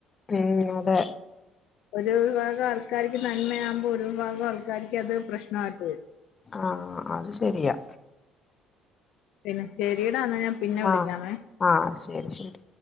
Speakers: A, on the left; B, on the left.
A: ഉം അതെ
B: ഒരു വിഭാഗം ആൾക്കാര്ക്ക് നന്മയാമ്പം ഒരു വിഭാഗം ആൾക്കാര്ക്ക് അത് പ്രശ്നയിട്ട് വരും
A: ആഹ് അത് ശെരിയാ
B: പിന്നെ ശെരിടാന്നാ ഞാൻ പിന്നെ വിളിക്കാമേ
A: ആഹ് ആഹ് ശരി ശരി.